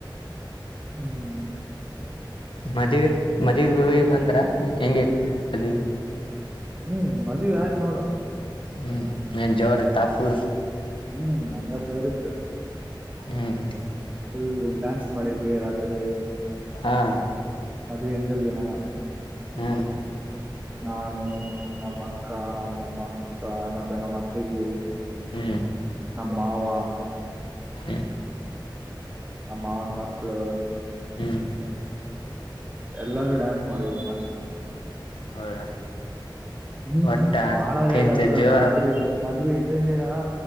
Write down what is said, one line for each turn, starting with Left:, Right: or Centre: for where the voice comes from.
Right: ಹ್ಮ್
Left: ಮದಿವೆ ಮದಿವ್ಗ್ ಹೋಗಿ ಬಂದ್ರ ಹೆಂಗ ಇತ್ತು <unintelligible>
Right: ಹ್ಮ್ ಮದ್ವಿ ಆಯ್ತ್ ನೋಡ.
Left: ಹ್ಮ್ ಏನ್ ಜೋರ ಇತ್ತ ಫುಲ್.
Right: ಹ್ಮ್ ನಂಗ ಜೋರ್ ಇತ್.
Left: ಹ್ಮ್
Right: ಫುಲ್ ಡಾನ್ಸ್ ಮಾಡಿದ್ವಿ ರಾತ್ರಿ.
Left: ಹಾ
Right: ಮದವೆ ಹಿಂದಿನ ದಿನ.
Left: ಹ.
Right: ನಾನು ನಮ್ಮ ಅಕ್ಕ ನಮ್ಮಕ್ಕ ಮತ್ತೆ ನಮ್ಮ ಅತ್ತಿದ್ಲು.
Left: ಹ
Right: ನಮ್ ಮಾವ.
Left: ಹ
Right: ನಮ್ ಮಾವನ್ ಮಕ್ಕಳು.
Left: ಹ್ಮ್ ಹ್ಮ್
Right: ಎಲ್ಲಾರೂ ಡ್ಯಾನ್ಸ್ ಮಾಡಿದ್ವಿ ಮ.
Left: ಹೌದಾ.
Right: ಹ್ಮ್
Left: ಒಟ್ಟ
Right: ಬಾಳ ಲೇಟ್
Left: ತಿಂತ
Right: <unintelligible>
Left: ಜೋರ
Right: ರಾತ್ರಿ ಮತ್ <unintelligible> ಹಿಂದಿನ ದಿನ